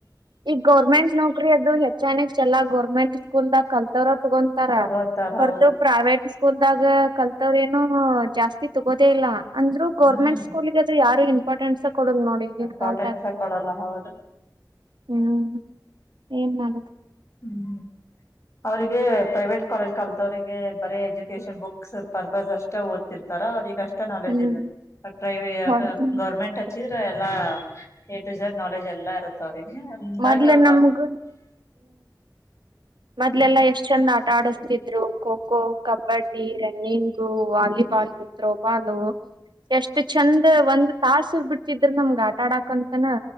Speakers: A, on the right; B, on the left.
A: ಈಗ ಗೌರ್ಮೆಂಟ್ ನೌಕರಿ ಅದುು ಹೆಚ್ಚನಿಕ್ ಚಲ ಗೌರ್ಮೆಂಟ್ ಸ್ಕೂಲ್ದಾಗ ಕಲ್ತಾವ್ರ ತಗೊಂತಾರ
B: ತಗೊಂತಾರ
A: ಹೊರದು
B: ಹೌದು
A: ಪ್ರೈವೇಟ್ ಸ್ಕೂಲ್ದಾಗ ಕಲ್ತದ ಏನೋ ಜಾಸ್ತಿ ತಗೋದೇ ಇಲ್ಲ ಅಂದ್ ಗರ್ಮೆಂಟ್
B: ಹ್ಮ್
A: ಸ್ಕೂಲ್ಗ್ರರು ಯಾರು ಇಂಪಾರ್ಟೆನ್ಸ ಕೊಡಲ್ ನೋಡಿ ಈನ್
B: ಇಂಪಾರ್ಟೆನ್ಸೇ
A: ಕಾಲ್ ತ
B: ಕೊಡಲ್ಲ ಹೌದು
A: ಹ್ಮ್ ಏನ್ ಮಾಡುದು
B: ಹ್ಮ್ ಅವ್ರಿಗೆ ಪ್ರೈವೇಟ್ ಕಾಲೇಜ್ ಕಲ್ತವ್ರಿಗೆ ಬರ ಎಜುಕೇಶನ್ ಬುಕ್ಸ್ ಪರ್ಪಸ್ ಅಷ್ಟು ಓದ ಇರ್ತಾರ ಅವನಿಗೆಷ್ಟ ನಾಲೆಜ್ ಇರ್ತದೆ
A: ಹ್ಮ್
B: ಬ ಪ್ರೈವ
A: ಹೌದು
B: ಗೌರ್ಮೆಂಟ್ ಹಚ್ಚಿದ್ರೆ ಎಲ್ಲಾ ಿಸ ನಾಲೆಜ್ ಎಲ್ಲಾ ಇರುತ್ತ ಅವ್ರಿಗೆ ಹಂಗಾಗಿ
A: ಮೊದ್ಲ
B: ಅವ್ರಗ
A: ನಮ್ಗ ಮೊದಲೆಲ್ಲಾ
B: ಹ್ಮ್
A: ಎಷ್ಟ್ ಚಂದ ಆಟ ಆಡಸ್ತಿದ್ರು kho kho kabaddi running volleyball throwball ಎಷ್ಟು ಚಂದ ಒಂದ್ ತಾಸ ಬಿಡ್ತಿದ್ರರು ನಮ್ಗ ಆ ಆಟಾಡಕ್ಂತನ